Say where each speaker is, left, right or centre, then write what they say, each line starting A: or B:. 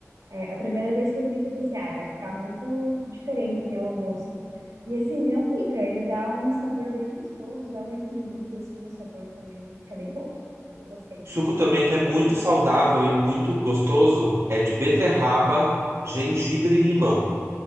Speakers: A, on the right; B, on the right.
A: É, a primeira vez que eu fiz, eu pensei, ah, vai ficar muito diferente, né, o gosto. E assim, não fica, ele dá um sabor bem gostoso, dá um equilíbrio, assim, o sabor também fica bem bom. Eu, eu gostei.
B: Suco também que é muito saudável e muito gostoso é de beterraba, gengibre e limão.